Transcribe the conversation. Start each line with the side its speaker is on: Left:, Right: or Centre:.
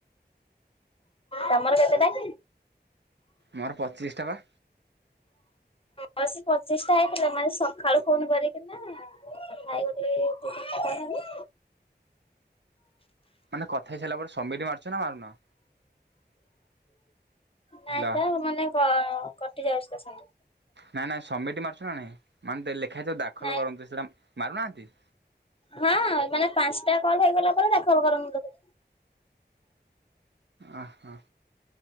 Left: ତମର କେତେଟା?
Right: ମୋର ପଚିଶ ଟଙ୍କା।
Left: ବସ ପଚିଶଟା ହେଇଥିଲା ମାନେ ସକାଳୁ ଫୋନ କରିକିନା ଖାଇ ଗୋ କଣ
Right: ମାନେ କଥା ହେଇ ସାରିଲା ପରେ ସମୀର ମାରୁଛ ନା ମାରୁନ?
Left: ନାଇଁ
Right: ହେଲା
Left: ତ ମାନେ କଟି ଯାଉଛି ସାଙ୍ଗେ
Right: ନାଇଁ ନାଇଁ ସମିଟ ମାରୁଛୁ ନା ନାଇଁ ମାନେ ଲେଖା ହେଇ ଦାଖଲ
Left: ନାଇଁ
Right: କରନ୍ତୁ ସେଟା ମାରୁନାହାନ୍ତି।
Left: ହଁ ମାନେ ପାଞ୍ଚଟା କଲ ହେଇଗଲା ପରେ ଦାଖଲ କରନ୍ତୁ ତ
Right: ଓ ହୋ।